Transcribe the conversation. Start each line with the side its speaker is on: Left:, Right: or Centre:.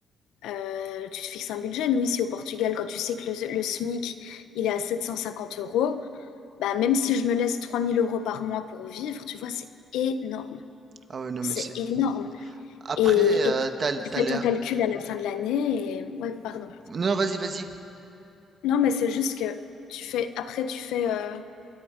Left: euh, tu te fixes un budget, nous ici au Portugal, quand tu sais que le, le SMIC, il est à 750 euros, bah, même si je me laisse 3000 euros par mois pour vivre, tu vois, c'est énorme.
Right: Ah ouais, non,
Left: C'est
Right: mais c'est...
Left: énorme.
Right: Après,
Left: Et,
Right: euh,
Left: et tu
Right: t'as, t'as
Left: tu fais
Right: l'air...
Left: ton calcul à la fin de l'année et... Ouais, pardon.
Right: Non, vas-y, vas-y.
Left: Non, mais c'est juste que tu fais... Après, tu fais... euh,